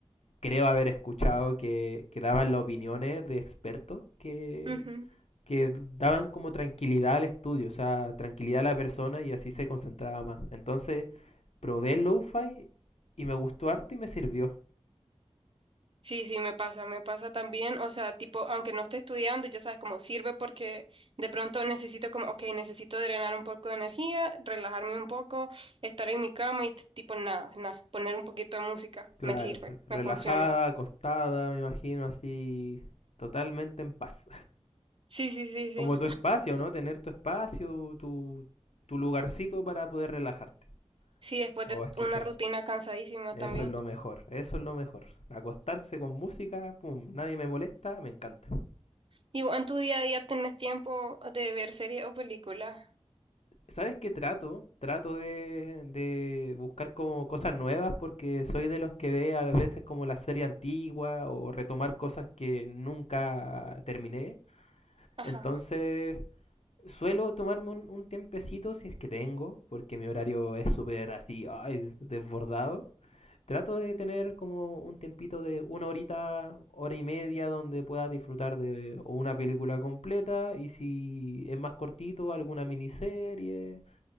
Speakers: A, on the left; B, on the right.
A: creo haber escuchado que, que daban las opiniones de expertos que,
B: ujú,
A: que daban como tranquilidad al estudio, o sea, tranquilidad a la persona y así se concentraba más. Entonces, probé el lo-fi y me gustó harto y me sirvió.
B: Sí, sí, me pasa, me pasa también, o sea, tipo, aunque no esté estudiando, ya sabes cómo sirve porque de pronto necesito como, ok, necesito drenar un poco de energía, relajarme un poco, estar en mi cama y t- tipo nada, nada, poner un poquito de música,
A: Claro,
B: me sirve,
A: re- relajada,
B: me funciona.
A: acostada, me imagino así, totalmente en paz.
B: Sí, sí, sí, sí.
A: Como tu espacio, ¿no? Tener tu espacio, tu, tu lugarcito para poder relajarte.
B: Sí, después de
A: Oh, es que
B: una
A: eso,
B: rutina cansadísima
A: eso
B: también.
A: es lo mejor, eso es lo mejor. Acostarse con música, pum, nadie me molesta, me encanta.
B: Y vos en tu día a día tenés tiempo de ver series o películas.
A: ¿Sabes qué trato? Trato de, de buscar como cosas nuevas porque soy de los que ve a veces como la serie antigua o retomar cosas que nunca terminé.
B: Ajá.
A: Entonces, Suelo tomarme un, un tiempecito si es que tengo, porque mi horario es súper así, ay, desbordado. Trato de tener como un tiempito de una horita, hora y media donde pueda disfrutar de o una película completa y si es más cortito, alguna miniserie.